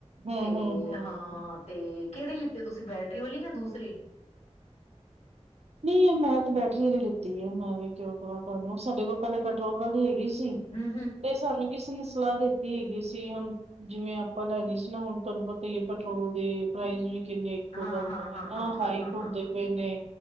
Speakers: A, on the right; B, on the left.
A: ਹਮ
B: ਤੇ
A: ਹਮ ਹਮ
B: ਹਾਂ ਤੇ, ਕੇਹੜੀ ਲਿੱਤੀ ਤੁਸੀਂ ਬੈਟਰੀ ਵਾਲੀ ਯਾ ਦੂਸਰੀ
A: ਨੀ ਮੈਂ ਤੇ ਬੈਟਰੀ ਆਲੀ ਲਿਤੀ ਹੈ, ਮੈਂ ਵੀ ਕਿਉਂ ਕਾਂਵਾ ਤੁਹਾਨੂੰ ਸਾਡੇ ਕੋਲ ਪਹਿਲੇ ਪੈਟਰੋਲ ਵਾਲੀ ਹੈਗੀ, ਸੀ, ਤੇ
B: ਹਮ
A: ਸਾਨੂੰ ਕਿਸੇ ਨੇ ਸਲਾਹ ਦਿੱਤੀ। ਹੈਗੀ ਸੀ, ਹੁਣ ਜਿਵੇਂ ਆਪਾਂ ਲੈਣੀ ਸੀ, ਨਾ ਹੁਣ ਤੁਹਾਨੂੰ ਪਤਾ ਹੀ ਪੈਟਰੋਲ ਦੇ ਪ੍ਰਾਈਜ਼ ਵੀ ਕਿੰਨੇ ਇੱਕੋ
B: ਹਮ
A: ਦਮ
B: ਹਮ ਹਮ ਹਮ ਹਾਂ ਹਾਂ
A: ਹੇਨਾ
B: ਹਾਂ ਹਾਂ ਹਾਂ
A: ਹਾਈਕ
B: ਹਾਂ
A: ਹੁੰਦੇ
B: ਹਾਂ
A: ਪਏ ਨੇ,